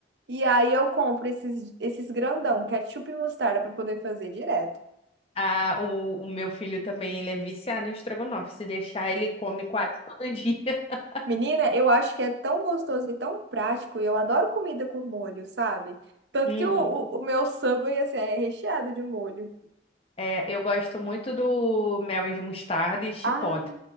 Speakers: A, on the right; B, on the left.
A: E aí eu compro esses, esses grandão, ketchup e mostarda para poder fazer direto.
B: Ah, o, o meu filho também, ele é viciado em estrogonofe. Se deixar, ele come quase todo dia. <laughs>
A: Menina, eu acho que é tão gostoso e tão prático, e eu adoro comida com molho, sabe? Tanto
B: Uhum.
A: que o, o, o meu Subway, assim, é recheado de molho.
B: É, eu gosto muito do mel e mostarda e chipotle.
A: Ah,